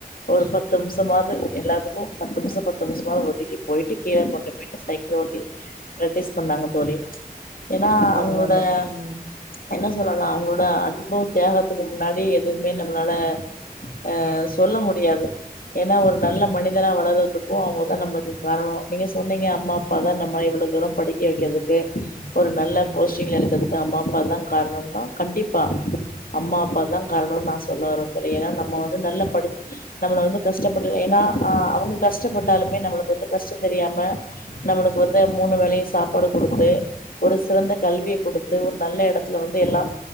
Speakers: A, on the left; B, on the right.
A: ஒரு பத்து நிம்ஷமாது எல்லாத்துக்கும் பத்து நிமிஷம் பத்து நிமிஷம்வாது ஒதுக் வீட்க்கு போயிட்டு கீழ கொண்டு போயிட்டு சைக்கிள் ஓட்டி பிராக்டிஸ் பண்ணாங்க தோழி ஏன்னா
B: பரவால்ல.
A: அவங்களோடய
B: ம்.
A: என்ன சொல்லலாம் அவங்களோட அன்பும் தியாகத்துக்கு முன்னாடி எதுமே நம்ளால அ சொல்ல முடியாது ஏன்னா ஒரு நல்ல மனிதனா வளர்றதுக்கும் அவங்கதான் நம்ளு க்கு காரணம் நீங்க சொன்னீங்க அம்மா அப்பாதான் நம்மள இவ்ளோ தூரம் படிக்க வைக்கறதுக்கு ஒரு
B: ம்.
A: நல்ல போஸ்டிங்கில இருக்கறதுக்கு அம்மா அப்பா தா காரணம்னா கண்டிப்பா அம்மா அப்பா தான் காரணம் நான் சொல்ல வர தோழி ஏன்னா நம்ம வந்து நல்லா படிச் நம்மள வந்து கஷ்டப்பட ஏன்னா ஆ அவங்க கஷ்டப்பட்டாலுமே நம்மளுக்கு வந்து கஷ்டம் தெரியாம நம்மளுக்கு வந்து மூணு வேலையும் சாப்பாடு குடுத்து ஒரு சிறந்த கல்விய கொடுத்து ஒரு நல்ல இடத்துல வந்து எல்லாம்